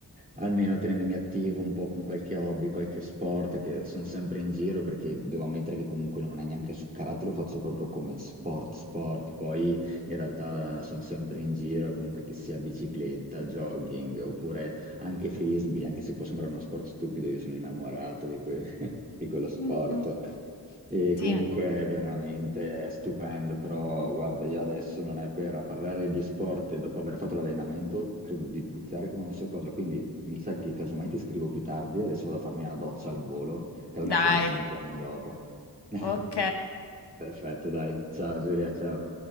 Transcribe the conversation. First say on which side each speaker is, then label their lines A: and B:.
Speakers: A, on the right; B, on the left.
A: almeno tenendomi attivo un po' con qualche hobby, qualche sport, che sono sempre in giro perché devo ammettere che comunque non è neanche su- karate, lo faccio proprio come sport, sport, poi in realtà sono sempre in giro, comunque che sia bicicletta, jogging oppure anche frisbee, anche se può sembrare uno sport stupido, io sono innamorato di, quel- <laughs> di quello sport.
B: Mhm.
A: E
B: Sì,
A: comunque è veramente stupendo, però guarda, io adesso non è per a parlare di sport e dopo aver fatto l'allenamento, credo di puzzare come non so cosa, quindi mi sa che casomai ti scrivo più tardi, adesso vado a farmi una doccia al volo, casomai
B: dai,
A: ci risentiamo dopo. <laughs>
B: ok.
A: Perfetto, dai, ciao Giulia, ciao.